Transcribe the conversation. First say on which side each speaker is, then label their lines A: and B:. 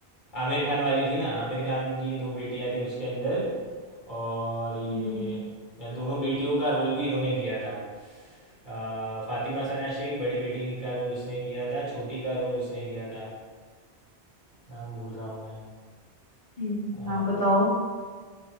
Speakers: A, on the left (about 45°); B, on the left (about 15°).
A: आमिर खान वाली थी ना आमिर खान की दो बेटियां थी उसके अंदर और ये
B: हम्म,
A: दोनों बेटियों का रोल भी इन्होंने किया था अ, फातिमा सना शेख बड़ी बेटी का रोल उसने किया था छोटी का रोल उसने किया था नाम भूल रहा हूँ मैं
B: हम्म,
A: अ,
B: नाम बताओ